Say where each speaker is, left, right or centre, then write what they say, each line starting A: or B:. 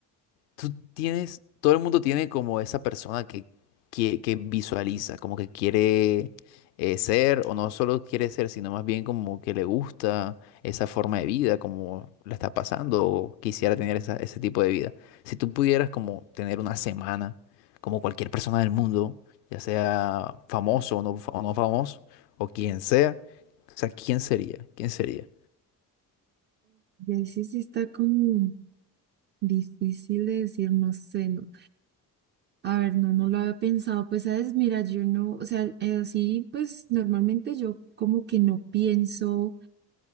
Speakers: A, on the left (about 70°); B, on the right (about 25°).
A: Tú tienes, todo el mundo tiene como esa persona que, que, que visualiza, como que quiere eh, ser, o no solo quiere ser, sino más bien como que le gusta esa forma de vida, como la está pasando, o quisiera tener esa- ese tipo de vida. Si tú pudieras como tener una semana, como cualquier persona del mundo, ya sea famoso o no, fa- o no famoso, o quien sea, o sea, ¿quién sería? ¿Quién sería?
B: Ya sí, sí está como difícil de decir, no sé, no, A ver, no, no lo había pensado. Pues, sabes, mira, yo no, o sea, eh, así, pues normalmente yo como que no pienso,